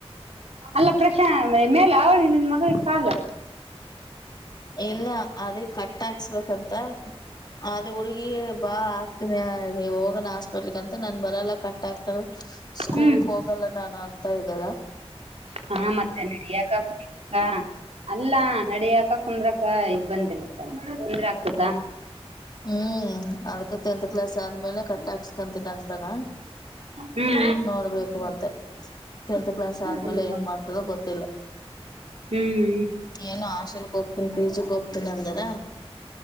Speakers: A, on the right; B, on the left.
A: ಅಲ್ಲ ಪ್ರಶಾಂತ್ ಮೇಲೆ ಅವಳಿಗೆ ನಿನ್ ಮಗಳಿಗೆ ಕಾಲು
B: ಇಲ್ಲ ಅದೇ ಕಟ್ ಹಾಕ್ಸ್ಬೇಕಂತ. ಅದ ಹುಡ್ಗಿ ಬಾ ಆಗ್ತನಿ ನೀ ಹೋಗಣ ಹಾಸ್ಪೆಟ್ಲ್ಕ್ ಅಂತ ನಾನ್ ಬರಲ್ಲ ಕಟ್ಟ ಆಕ್ತ ಸ್ಕೂಲ್ಕ್
A: ಹ್ಮ್
B: ಹೋಗಲ್ಲ ನಾನು ಅಂತ ಇದಾರ
A: ಹಾ ಮತ್ತೆ ನಡೆಯಕ <unintelligible> ಅಲ್ಲಾ ನಡಿಯಕ ಕುಂದ್ರಕ್ಕ ಇಬ್ಬಂತಿಲ್ಲಕ್ಕ ಕುಂದ್ರ ಆಗ್ತದ
B: ಹ್ಮ್ ಅದ್ಕ ಟೆಂತ್ ಕ್ಲಾಸ್ ಆದ್ಮೇಲೆ ಕಟ್ ಹಾಕ್ಸ್ಕಂತಿನ ಅಂತನ
A: ಹ್ಮ್
B: ನೋಡ್ಬೇಕು ಮತ್ತೆ ಟೆಂತ್ ಕ್ಲಾಸ್ ಆದ್ಮೇಲೆ
A: ಹ್ಮ್
B: ಏನ್ ಮಾಡ್ತಳೋ ಗೊತ್ತಿಲ್ಲ?
A: ಹ್ಮ್
B: ಏನು ಹಾಶೆಲ್ಕ್ ಹೋಗತೀನಿ ಪಿ. ಜಿಕ್ ಹೋಗ್ತೀನ ಅಂದಾರ